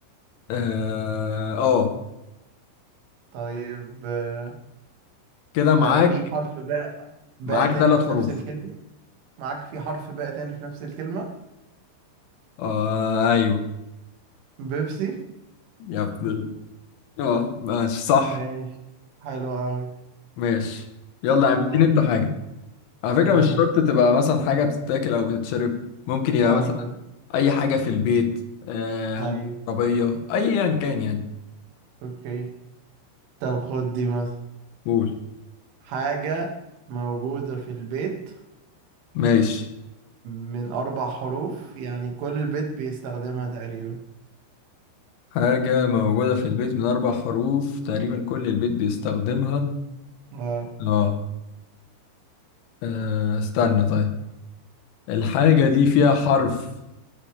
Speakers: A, on the left; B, on the right.
A: اه آه.
B: طيب آه،
A: كده معاك
B: طب في حرف باء باء
A: معاك
B: تاني
A: ثلاث
B: في
A: حروف
B: نفس الكلمة معاك في حرف باء تاني في نفس الكلمة
A: أه ايوه
B: بيبسي
A: يا ابن ال- اه ماشي صح
B: ماشي حلو أوي
A: ماشي يلا
B: يلا
A: يا عم اديني انت حاجة على فكرة
B: ماشي
A: مش شرط تبقى مثلا حاجة بتتاكل او بتتشرب ممكن يبقى
B: فاهمك
A: مثلا اي حاجة في البيت آه
B: أيوة
A: عربية ايا كان يعني
B: أوكي طب خد دي مثلا
A: قول
B: حاجة موجودة في البيت
A: ماشي
B: من أربع حروف يعني كل البيت بيستخدمها تقريبا
A: حاجة موجودة في البيت من أربع حروف تقريبا كل البيت بيستخدمها
B: اه
A: آه آه، استنى طيب الحاجة دي فيها حرف